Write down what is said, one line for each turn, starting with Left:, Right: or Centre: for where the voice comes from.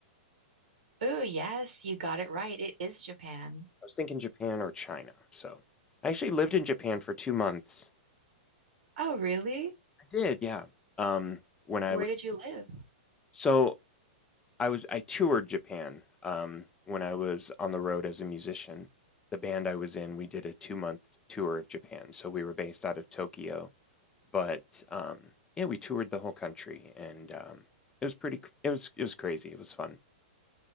Right: Oh, yes, you got it right. It is Japan.
Left: was thinking Japan or China. So I actually lived in Japan for two months.
Right: Oh, really?
Left: I did, yeah. Um, when I
Right: Where
Left: was
Right: did you live?
Left: so I was I toured Japan um, when I was on the road as a musician. The band I was in, we did a two month tour of Japan, so we were based out of Tokyo. But um, yeah, we toured the whole country, and um, it was pretty. It was it was crazy. It was fun.